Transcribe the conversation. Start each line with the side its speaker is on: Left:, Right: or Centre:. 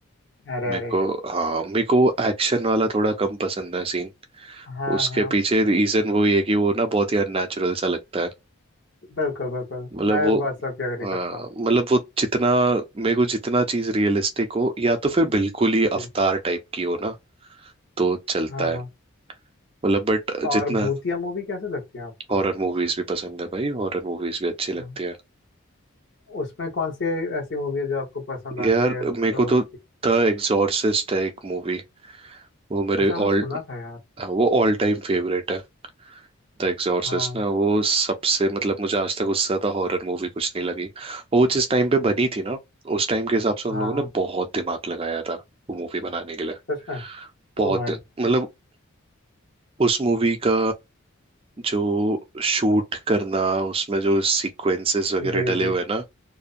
Left: अरे
Right: मेरे
Left: अरे
Right: को हाँ मेरे को एक्शन वाला थोड़ा कम पसंद है सीन
Left: हाँ
Right: उसके
Left: हाँ
Right: पीछे रीजन वो ही है कि वो ना बहुत ही अननेचुरल सा लगता है
Left: बिल्कुल बिल्कुल
Right: मतलब
Left: मैं
Right: वो
Left: इस बात से आपकी एग्री
Right: हाँ,
Left: करता हूँ
Right: मतलब वो जितना मेरे को जितना चीज रियलिस्टिक हो या तो फिर बिल्कुल ही अवतार
Left: जी
Right: टाइप की हो ना तो चलता
Left: हाँ
Right: है
Left: हाँ
Right: मतलब बट
Left: और
Right: जितना
Left: भूतिया मूवी कैसे लगती है आपको
Right: हॉरर मूवीज भी पसंद है भाई हॉरर मूवीज भी अच्छी
Left: हाँ।
Right: लगती है
Left: उसमें कौन सी ऐसी मूवी है जो आपको पसंद आती
Right: यार
Left: है तो
Right: मेरे को तो द एग्जॉर्सिस्ट है एक मूवी वो मेरे
Left: अच्छा हाँ
Right: ऑल
Left: सुना था यार
Right: वो ऑल टाइम फेवरेट है द एग्जॉर्सिस्ट
Left: हाँ
Right: ना वो सबसे मतलब मुझे आज तक उससे ज्यादा हॉरर मूवी कुछ नहीं लगी और वो जिस टाइम पे बनी थी ना उस टाइम के हिसाब से उन
Left: हाँ
Right: लोगों ने बहुत दिमाग लगाया था वो मूवी बनाने के लिए
Left: सच में
Right: बहुत
Left: ओ भाई
Right: मतलब उस मूवी का जो शूट करना उसमें जो सीक्वेंसेस वगैरह
Left: जी
Right: डले
Left: जी
Right: हुए हैं ना